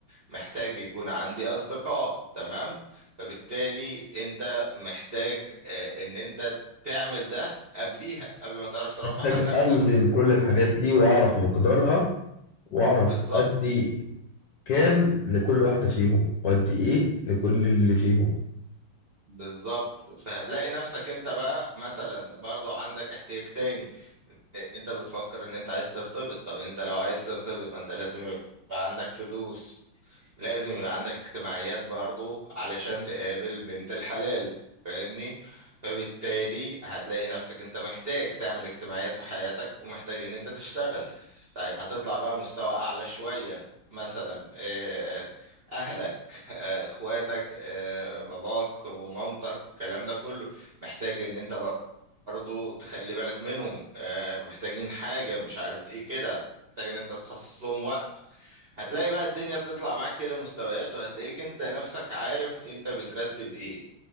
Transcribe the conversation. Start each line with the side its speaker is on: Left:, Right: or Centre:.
Right: محتاج يكون عندي أصدقاء تمام فبالتالي أنت محتاج آه، إن أنت تعمل ده قبليها قبل ما تعرف ترفه
Left: محتاج
Right: عن نفسك
Left: أوزن كل الحاجات دي وأعرف مقدارها وأعرف
Right: بالظبط
Left: أدي كام لكل واحدة فيهم وأدي إيه لكل اللي فيهم
Right: بالظبط فهتلاقي نفسك أنت بقى مثلا برضو عندك احتياج تاني انت بتفكر ان انت عايز ترتبط طب انت لو عايز ترتبط ما انت لازم يبقى عندك فلوس لازم يبقى عندك اجتماعيات برضه علشان تقابل بنت الحلال فاهمني فبالتالي هتلاقي نفسك انت محتاج تعمل اجتماعيات في حياتك ومحتاج ان انت تشتغل طيب هتطلع بقى مستوى اعلى شوية مثلا آه، اهلك آه، اخواتك آه، باباك ومامتك والكلام ده كله محتاج ان انت برضه تخلي بالك منهم آه، محتاجين حاجة مش عارف ايه كده محتاج ان انت تخصص لهم وقت هتلاقي بقى الدنيا بتطلع معاك كده مستويات وهتلاقيك انت نفسك عارف انت بترتب ايه